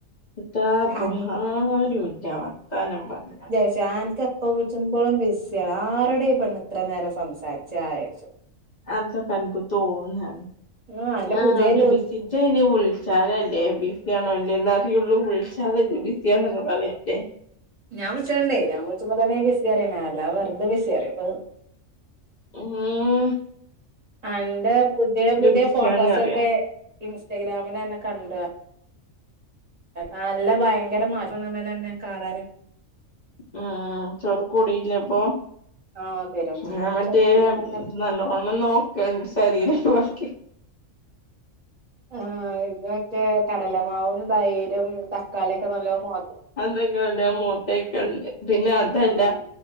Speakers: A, on the left; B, on the right.
A: എത്താപ്പം
B: അൻ
A: ആര് വിളിച്ചാ വർത്താനം പർഞ്ഞ്കാൻ
B: ച്ചാ അൻക്ക് എപ്പ വിൾച്ചുമ്പളും ബിസ്സ്യാ ആരൊടാ ഈ പെണ്ണ് ഇത്ര നേരം സംസാരിച്ചാ വിചാരിച്ചും
A: അതൊക്കെ അൻക്ക് തോന്നാണ്
B: ആഹ് അന്റെ
A: ഞാന്
B: പുതിയ
A: ഒര്
B: ലൂ
A: ബിസി സി ഇജ്ജ് അയ്ന് വുൾച്ചാലല്ലേ ബിസ്സി ആണോ അല്ലേന്ന് അറിയുള്ളൂ വിൾച്ചാതല്ലെ ബിസിയാണ്ന്ന് പറയല്ലേ.
B: ഞാൻ വുൾച്ചല്ണ്ടെയ് ഞാൻ വുൾച്ചുമ്പത്തന്നേണ് ബിസി പറീണെഹ് അല്ലാതെ വെർതെ ബിസ്സി പറയൊപ്പൊ
A: ഏഹ്.
B: അന്റെ പുത്യേ പുത്യെ
A: ബിസിയാണ്
B: ഫോട്ടോസൊക്കെ
A: അറിയാ
B: ഇൻസ്റ്റഗ്രാമില് അന്നെ കണ്ടു നല്ല ഭയങ്കര മാറ്റം <unintelligible> ണ്ടല്ലൊ അന്നെ കാണാന്
A: ഉം ആഹ് ചൊറ്ക്ക് കൂടിയില്ലേ ഇപ്പോ
B: ആഹ് പെരും
A: ഞാൻ മറ്റേ
B: ചൊർപ്പിച്ചങ്ങനെങ്ങനെ
A: നല്ലവോണം ഒന്ന് നോക്കായ്രുന്നു ശരീരം നോക്കി
B: ആഹ് ഇത് മറ്റേ കടലമാവും, തൈരും തക്കാളിയൊക്കെ നല്ലൊം മോ
A: അന്തെങ്കിലും നല്ലോം മോത്തേക്ക്ണ്ട് പിന്നെ അതല്ല
B: ആഹ്